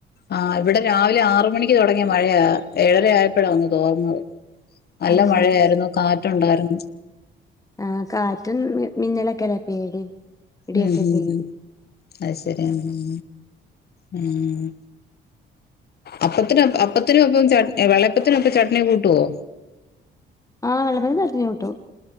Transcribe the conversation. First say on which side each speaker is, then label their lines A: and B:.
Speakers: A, on the left; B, on the left.
A: ആഹ്! ഇവിടെ രാവിലെ ആറ് മണിക്ക് തുടങ്ങിയ മഴയാ ഏഴരയായപ്പോഴാ ഒന്ന് തോർന്നത് നല്ല
B: അത്
A: മഴയായിരുന്നു
B: ശരി
A: കാറ്റുണ്ടായിരുന്നു
B: ആഹ്! കാറ്റും മിന്നലക്കെല്ലെ പേടി ഇടിയൊക്കെ
A: ഉം ഹുംഹും
B: പേടി
A: അത് ശരിയ ഉം ഉം.... അപ്പത്തിന അപ്പത്തിനൊപ്പം ചട്ണി വെളപ്പത്തിനൊപ്പം ചട്ണി കൂട്ടുവോ?
B: ആഹ്! വിള്ളപ്പത്തിന് ചട്ണി കൂട്ടും